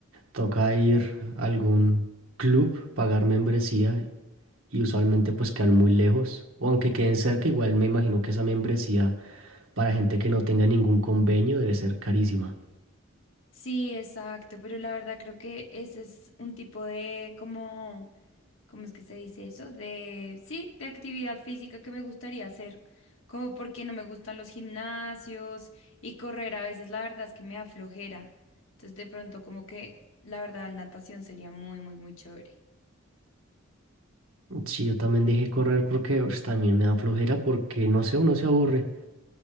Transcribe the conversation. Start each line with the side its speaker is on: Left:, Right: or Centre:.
Right: Toca ir a algún club, pagar membresía y usualmente pues quedan muy lejos, o aunque queden cerca, igual me imagino que esa membresía para gente que no tenga ningún convenio debe ser carísima.
Left: Sí, exacto, pero la verdad creo que ese es un tipo de como ¿cómo es que se dice eso? De, sí, de actividad física que me gustaría hacer, como porque no me gustan los gimnasios y correr a veces la verdad es que me da flojera. Entonces de pronto como que la verdad natación sería muy, muy, muy chévere.
Right: Sí, yo también dejé correr porque pues, también me da flojera porque no sé, uno se aburre,